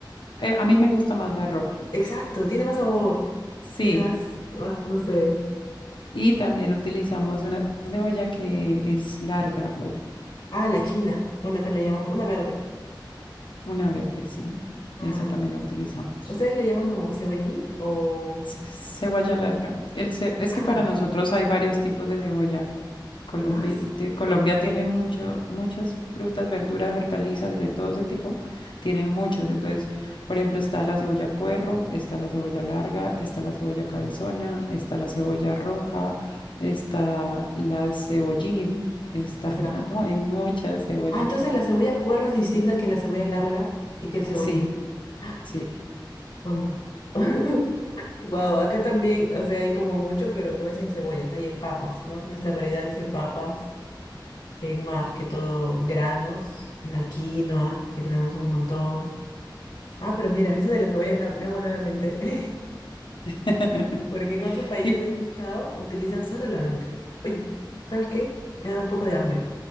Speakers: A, on the left; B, on the left.
A: eh, a mí me gusta más la roja.
B: Exacto, tiene más sabor.
A: Sí,
B: Tiene más, más, no sé.
A: y también utilizamos una cebolla que es larga,
B: Ah, la china. Bueno, acá le llamamos una verde.
A: una verde, sí.
B: Ah.
A: Esa también la utilizamos.
B: ¿Ustedes le llaman como cebollín o...?
A: Ce- Cebolla larga. El ce- Es
B: Ah,
A: que para
B: ok.
A: nosotros hay varios tipos de cebolla. Colombia,
B: ¿Más?
A: de Colombia tiene mucho, muchas frutas, verduras, hortalizas, de todo ese tipo. Tienen muchas. Entonces, por ejemplo, está la cebolla puerro, está la cebolla larga, está la cebolla cabezona, está la cebolla roja, está la cebollín, está,
B: Ya.
A: <laughs> no, hay muchas cebollas.
B: Ah, entonces la cebolla puerro es distinta que la cebolla larga y que el cebollín.
A: Sí,
B: Ah,
A: sí.
B: ¿O no? <laughs> Wow, acá también, o sea, hay como mucho, pero no es en cebollas, hay en papas, ¿no? Nuestra variedad es en papas, en más que todo granos, la quinoa, que tenemos un montón. Ah, pero mira, eso de la cebolla me ha, me ha volado la mente. <laughs>
A: <laughs>
B: Porque en otros países
A: Y
B: he escuchado, utilizan solo la blanca. Oye, ¿sabes qué? Me ha dado un poco de hambre.